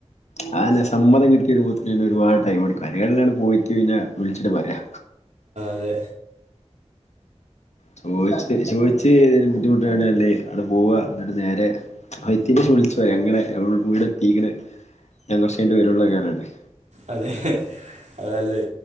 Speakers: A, on the left; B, on the right.
A: ഞാന് സമ്മതം കിട്ടി വരുമ്പോത്തെന് തന്നെ ഒരുപാട് ടൈം എടുക്കും ആയിനെക്കാൾ നല്ലത് പോയിട്ട് പിന്നെ വിളിച്ചിട്ട് പറയാ.
B: അതെ
A: ചോദിച്ചിട്ട് ചോദിച്ച് ഒരു ബുദ്ധിമുട്ട് ആവെണെ നല്ലത് അങ്ങട്ട് പോവുവ എന്നിട്ട് നേരെ അകത്തേക്ക് - വിളിച്ചു പറയാം അങ്ങനെ വീട് എത്തീക്ക്‌ണ് ഞാൻ കൊറച്ച് കഴിഞ്ഞിട്ട് വരള്ളൂന്നൊക്കെ പറഞ്ഞ്ട്ട്.
B: അതെ അതല്ലേ